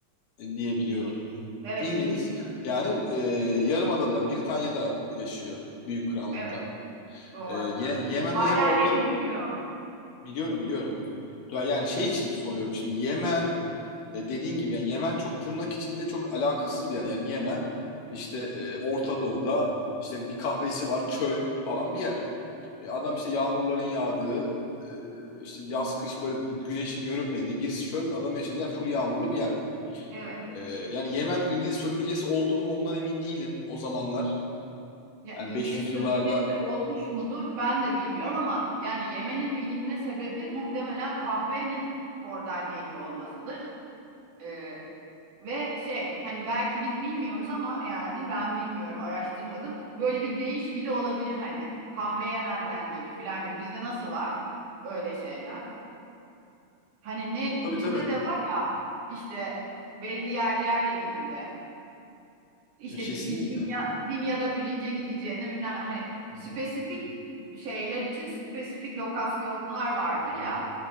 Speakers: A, on the left; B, on the right.
A: diye biliyorum.
B: İng- evet
A: İngiliz.
B: İngiliz. Hı hı.
A: Yani e, Yarımada'da, Britanya'da yaşıyor. Büyük Krallık'ta.
B: Evet doğru.
A: E, Ye-
B: Hı hı.
A: Yemen
B: Hala
A: acaba onların...
B: evi duruyor.
A: Biliyorum, biliyorum. Ya- Yani şey için soruyorum. Şimdi Yemen e, dediğin gibi yani Yemen çok tırnak içinde çok alakasız bir yer. Yani Yemen işte e, Orta Doğu'da işte bir kahvesi var, çöl falan bir yer. E, adam işte yağmurların yağdığı, e, işte yaz kış böyle güneşin görünmediği birisi çöl, adam yaşadığı yer full yağmurlu bir yer.
B: Evet.
A: E, yani Yemen İngiliz sömürgesi oldu mu ondan emin değilim o zamanlar.
B: Ya
A: Yani
B: İngiliz
A: 500
B: sömürgesi
A: yıllarda
B: olmuş mudur? Ben de bilmiyorum ama yani yemenin bilinme sebebi muhtemelen kahvenin oradan geliyor olmasıdır. Ee, ve şey hani belki biz bilmiyoruz ama yani ben bilmiyorum araştırmadım. Böyle bir deyiş bile olabilir hani kahve Yemen'den gelir filan gibi. Bizde nasıl var öyle şeyler? Hani ne
A: Tabii
B: bizde
A: tabii.
B: de var ya işte belli yerlerle ilgili. İşte
A: e, kesinlikle.
B: bir Dimya, Dimya'da pirince gideceğine bilmem ne. Hani
A: Hı
B: spesifik
A: hı.
B: şeyler için spesifik lokasyonlar vardır
A: Hı
B: ya
A: hı.